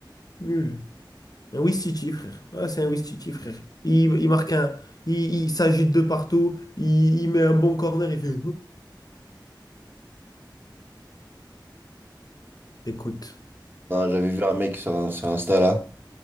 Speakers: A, on the left; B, on the right.
A: nul. Un Ouistiti, frère. Ouais, c'est un Ouistiti, frère. Il, il marque un. Il, il s'agite de partout. Il, il met un bon corner. Il fait. <laughs> Écoute.
B: Non, j'avais vu un mec sur, un- sur Insta là.